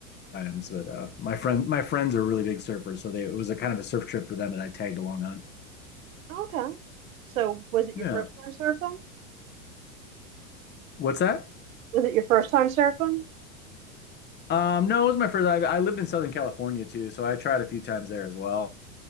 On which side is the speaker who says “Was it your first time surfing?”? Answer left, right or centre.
Right